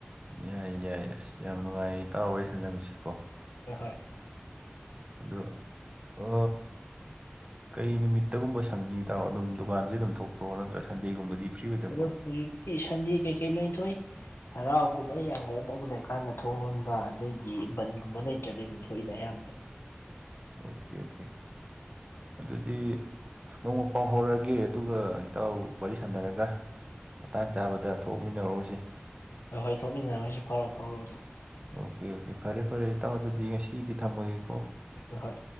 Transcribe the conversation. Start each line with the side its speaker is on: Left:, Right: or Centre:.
Right: ꯌꯥꯏ ꯌꯥꯏ ꯑꯁ ꯌꯥꯝ ꯅꯨꯡꯉꯥꯏꯌꯦ ꯏꯇꯥꯎ ꯋꯥꯔꯤ ꯁꯥꯟꯖꯅꯕꯁꯤꯀꯣ
Left: ꯍꯣꯏ ꯍꯣꯏ
Right: ꯑꯗꯣ ꯑ ꯀꯩ ꯅꯨꯃꯤꯠꯇꯒꯨꯝꯕ ꯁꯪꯅꯤ ꯏꯇꯥꯎ ꯑꯗꯨꯝ ꯗꯨꯀꯥꯟꯖꯦ ꯑꯗꯨꯝ ꯊꯣꯛꯄ꯭ꯔꯣ ꯅꯠꯇ꯭ꯔꯒ ꯁꯟꯗꯦꯒꯨꯝꯕꯗꯤ ꯐ꯭ꯔꯤ ꯑꯣꯏꯗꯕ꯭ꯔꯣ
Left: ꯑꯗꯨꯝ ꯍꯧꯖꯤꯛꯇꯤ ꯁꯟꯗꯦ ꯀꯩꯀꯩ ꯂꯣꯏ ꯊꯣꯛꯏ ꯍꯔꯥꯎ ꯀꯨꯝꯍꯩ ꯌꯥꯝ ꯀꯟ ꯇꯧꯕ ꯂꯩꯔꯀꯥꯟꯗ ꯊꯣꯡ ꯂꯣꯟꯕ ꯑꯗꯩꯗꯤ ꯕꯟꯒꯨꯝꯕ ꯂꯩꯇ꯭ꯔꯗꯤ ꯑꯗꯨꯝ ꯊꯣꯛꯏꯗ ꯑꯌꯥꯝꯕꯗ
Right: ꯑꯣꯀꯦ ꯑꯣꯀꯦ ꯑꯗꯨꯗꯤ ꯅꯣꯡꯃ ꯄꯥꯎ ꯐꯥꯎꯔꯛꯑꯒꯦ ꯑꯗꯨꯒ ꯏꯇꯥꯎ ꯋꯥꯔꯤ ꯁꯥꯟꯅꯔꯒ ꯃꯇꯥꯡ ꯆꯥꯕꯗ ꯊꯣꯛꯃꯤꯟꯅꯔꯨꯔꯁꯤ
Left: ꯑꯍꯣꯏ ꯊꯣꯛꯃꯤꯟꯅꯔꯨꯏꯁꯤ ꯐꯥꯎꯔꯣ ꯐꯥꯎꯔꯣ ꯑꯗꯨꯝ
Right: ꯑꯣꯀꯦ ꯑꯣꯀꯦ ꯐꯔꯦ ꯐꯔꯦ ꯏꯇꯥꯎ ꯑꯗꯨꯗꯤ ꯉꯁꯤꯒꯤꯗꯤ ꯊꯝꯃꯒꯦꯀꯣ
Left: ꯑꯍꯣꯏ